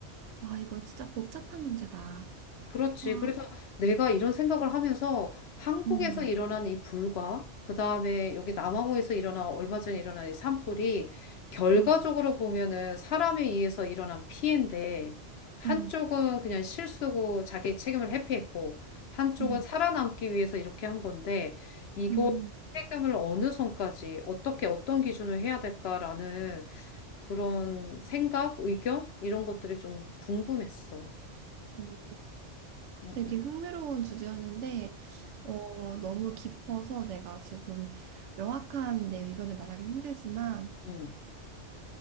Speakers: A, on the right; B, on the left.
A: 아, 이거 진짜 복잡한 문제다.
B: 그렇지.
A: 아,
B: 그래서 내가 이런 생각을 하면서 한국에서
A: 음.
B: 일어난 이 불과, 그 다음에 여기 남아공에서 일어난 얼마 전에 일어난 이 산불이 결과적으로
A: 음,
B: 보면은 사람에 의해서 일어난 피해인데, 한쪽은
A: 음,
B: 그냥 실수고 자기 책임을 회피했고, 한쪽은
A: 음,
B: 살아남기 위해서 이렇게 한 건데, 이거
A: 음.
B: 책임을 어느 선까지, 어떻게, 어떤 기준을 해야 될까라는 그런 생각, 의견? 이런 것들이 좀 궁금했어.
A: 어,
B: 응,
A: 되게
B: 응,
A: 흥미로운 주제였는데, 어, 너무 깊어서 내가 지금 명확한 내 의견을 말하긴 힘들지만,
B: 응.